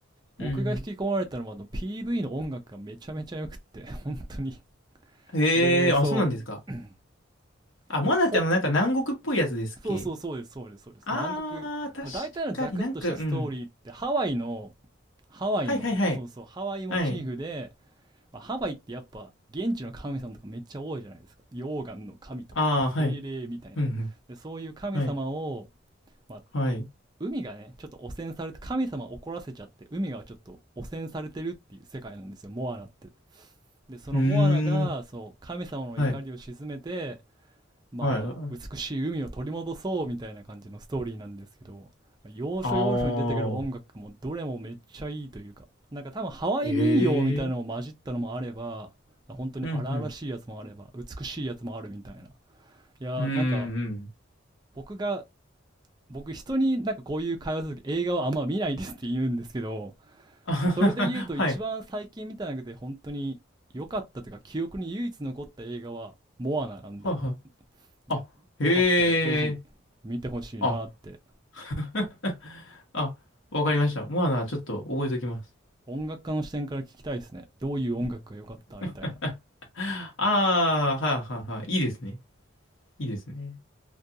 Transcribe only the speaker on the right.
僕が引き込まれたのはあの
PV の音楽がめちゃめちゃ良くって <laughs> 本当に <laughs>
でそう
<clears throat> <laughs>
あでもほ
そうそうそうですそうですそうです南国、
まあ、大体のザクッとしたストーリーってハワイの
ハワイのそうそうハワイモチーフで、
まあ、ハワイってやっぱ現地の神様とかめっちゃ多いじゃないですか溶岩の神とか精霊みたいなでそういう神様を、
まあ、
海がねちょっと汚染されて神様を怒らせちゃって海がちょっと汚染されてるっていう世界なんですよモアナってでそのモアナがそう神様の怒りを鎮めて
まあ、
美しい海を取り戻そうみたいな感じのストーリーなんですけど、要所要所に出てくる音楽もどれもめっちゃいいというか、
なんか多分ハワイ民謡みたいなのも混じったのもあれば、
本当に荒々しいやつもあれば、
美しいやつもあるみたいな。いやー、
なんか僕が、僕人になんかこういう会話するとき映画はあんま見ないですって言うんですけど、
それで言うと一番最近見た中で本当に良かったというか記憶に唯一残った映画はモアナなんで、
いや、
よかったらぜひ見てほしいなって。
音楽家の視点から聞きたいですね。どういう音楽が良かったみたいな。